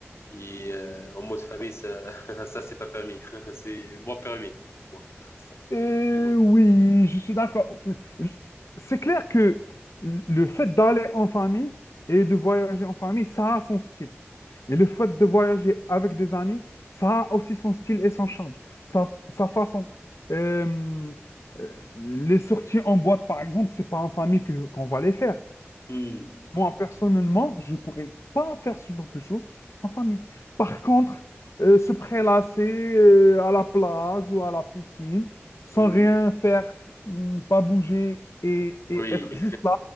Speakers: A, on the left; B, on the left.
A: Et euh, en mode famille, ça, <laughs> ça c'est pas permis. <laughs> C'est moi permis. moi.
B: Et
A: Mais bon.
B: oui, je suis d'accord. Je- C'est clair que le fait d'aller en famille et de voyager en famille, ça a son style. Et le fait
A: Hmm.
B: de voyager avec des amis, ça a aussi son style et son charme, sa, sa façon. Euh, euh, les sorties en boîte, par exemple, c'est pas en famille que qu'on va les faire.
A: Hmm.
B: Moi, personnellement, je pourrais pas faire ce genre de choses en famille. Par contre, euh, se prélasser euh, à la plage ou à la piscine, sans
A: Mhm.
B: rien faire, ne pas bouger et, et
A: Oui,
B: être
A: <laughs>
B: juste là,